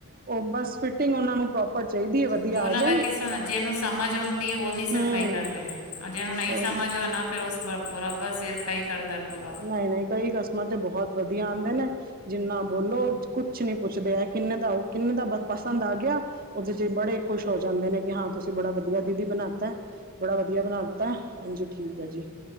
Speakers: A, on the right (about 40°); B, on the left (about 80°).
A: ਉਹ ਬਸ ਫਿੱਟ ਉਹਨਾਂ ਨੂੰ, ਪ੍ਰੌਪਰ ਚਾਹੀਦੀ ਏ, ਵਧੀਆ
B: ਉਹਨਾਂ
A: ਆ ਜਾਏ।
B: ਦਾ ਕਿੱਸਾ ਨਾ ਜਿਹਨੂੰ ਸਮਝ ਆਉਂਦੀ ਉਹ ਨਹੀਂ
A: ਹੂੰ
B: ਖਾਈ ਕਰਦੇ ਜਿਹਨੁੰ ਨਹੀਂ
A: ਉਹੀ
B: ਸਮਝ ਹੋ, ਨਾ, ਫਿਰ ਉਸ ਬ, ਬਰਾਬਰ ਸਿਰ ਖਾਈ ਕਰਦਾ। ਪੂਰਾ
A: ਨਹੀਂ, ਨਹੀਂ ਕਈ ਕਸਟਮਰ ਤੇ, ਬਹੁਤ ਵਧੀਆ ਆਂਦੇ ਨੇ, ਜਿੰਨਾ ਬੋਲੋ ਕੁਛ ਨੀ ਪੁੱਛਦੇ ਹੈ। ਕਿੰਨੇ ਦਾ ਉਹ ਕਿੰਨੇ ਦਾ ਪਸੰਦ ਆ ਗਿਆ। ਉਹਦੇ'ਚ ਬੜੇ ਖੁਸ਼ ਹੋ ਜਾਂਦੇ ਨੇ, ਕਿ ਹਾਂ, ਤੁਸੀਂ ਬੜਾ ਵਧੀਆ ਦੀਦੀ ਬਣਾਤਾ, ਬੜਾ ਵਧੀਆ ਬਣਾ ਦਿੱਤਾ, ਹਾਂਜੀ ਠੀਕ ਹੈ ਜੀ।